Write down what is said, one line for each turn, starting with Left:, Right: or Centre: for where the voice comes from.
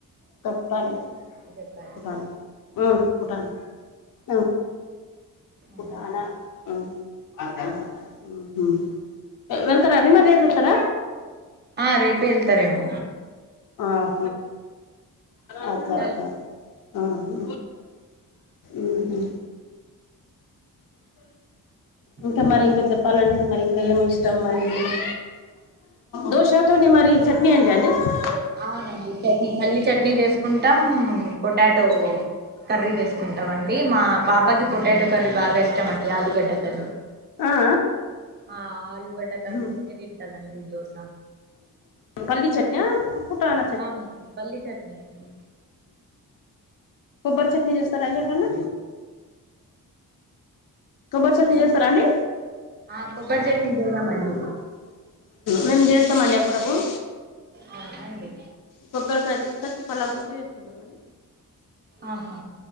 Left: పుటద
Right: చెప్పారండి
Left: పుట ఫుటన్ ఆ
Right: అవునండి
Left: పుటనా ఊహు వెళ్తారా అండి మరి రేప సర
Right: ఆ రేపే వెళ్తరేమో
Left: ఆహ అచ్చ అచ్చ
Right: సరిల్
Left: అహూ ఊహు ఇంకా
Right: అదేనండి
Left: మరి ఇంకా చెప్పాలండి మరి ఇంకా ఏమి ఇష్టం
Right: చెప్పాలండి
Left: మరి మీకు దోశాతోనీ మరి చట్నీ ఏంటి అండి మరి
Right: అవునండి చట్నీ పల్లీ చట్నీ చేసుకుంటాం పొటాటో కర్రీ వేసుకుంటాం అండి మా పాపకి పొటాటో కర్రీ బాగా ఇష్టం అండి ఆలూగడ్డ కర్రీ
Left: ఆ
Right: ఆ ఆలూగడ్డ కర్రీ
Left: ఆ
Right: దింటదండి దోస
Left: పల్లీ చట్న పుటన
Right: అవునండి పల్లి చట్నీ అండి
Left: కొబ్బరి చట్నీ చేస్తరా అండి ఎప్పుడన్నా కొబ్బరి చట్నీ చేస్తరా అండి
Right: ఆ కొబ్బరి చట్నీ చేద్దామండి
Left: మేము చేస్తామండి అప్పుడప్పుడు
Right: అవున అండి
Left: కొబ్బరికాయ తీసుకొచ్చి పలగ్గొట్టి చేసుకుంటమ్
Right: ఆహ